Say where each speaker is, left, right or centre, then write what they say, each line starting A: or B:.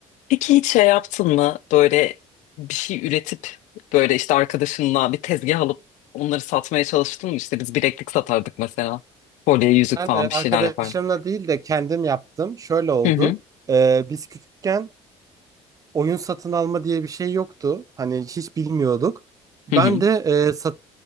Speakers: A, on the left; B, on the right.
A: Peki hiç şey yaptın mı böyle bir şey üretip böyle işte arkadaşınla bir tezgah alıp onları satmaya çalıştın mı? İşte biz bileklik satardık mesela. Kolye, yüzük
B: Ben
A: falan
B: e, arkadaşlarımla
A: bir şeyler yapardık.
B: değil de kendim yaptım. Şöyle oldu.
A: Hı hı
B: E, biz küçükken oyun satın alma diye bir şey yoktu. Hani hiç bilmiyorduk. Ben
A: hı hı
B: de e, sat-